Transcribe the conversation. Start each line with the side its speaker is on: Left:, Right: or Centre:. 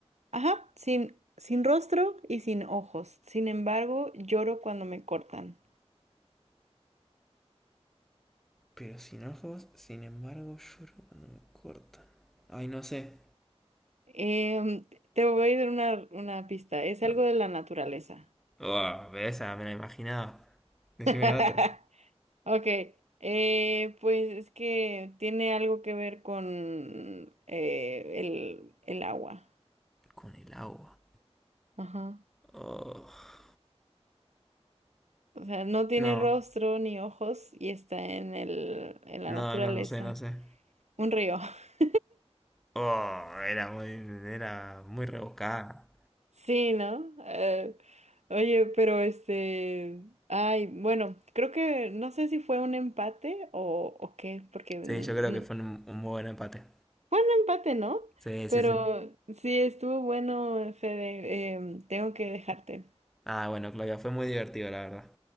Right: Ajá, sin, sin rostro y sin ojos. Sin embargo, lloro cuando me cortan.
Centre: Pero sin ojos, sin embargo, lloro cuando me cortan. Ay, no sé.
Right: Em, te voy a dar una, una pista. Es
Centre: No.
Right: algo de la naturaleza.
Centre: Ah, pero esa me la imaginaba. Decime
Right: <laughs>
Centre: otra.
Right: Ok. eh, pues es que tiene algo que ver con eh, el, el agua.
Centre: Con el agua.
Right: Ajá.
Centre: Oh.
Right: O sea, no tiene
Centre: No,
Right: rostro ni ojos y está en el, en la
Centre: no,
Right: naturaleza.
Centre: no lo sé, no sé.
Right: Un río. <laughs>
Centre: Oh, era muy, era muy rebuscada.
Right: Sí, ¿no? Eh, oye, pero este, ay, bueno, creo que no sé si fue un empate o, o qué, porque mm,
Centre: Sí, yo creo que fue un, un muy buen empate.
Right: empate, ¿no?
Centre: Sí,
Right: Pero
Centre: sí, sí.
Right: sí, estuvo bueno, Fede. em, tengo que dejarte.
Centre: Ah, bueno, Claudia, fue muy divertido, la verdad.